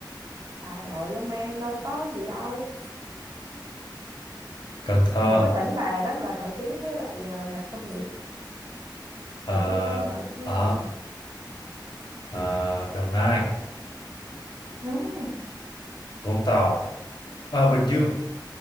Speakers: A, on the right (about 55°); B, on the left (about 70°).
A: Trời ơi, Long An đâu có gì đâu.
B: Cần Thơ,
A: Một cái tỉnh mà rất là nổi tiếng với lại ờ, ngành công nghiệp.
B: ờ,
A: Hồi trước đó, nổi tiếng với
B: à,
A: công nghiệp.
B: ờ, Đồng Nai.
A: Đúng,
B: Vũng Tàu à, Bình Dương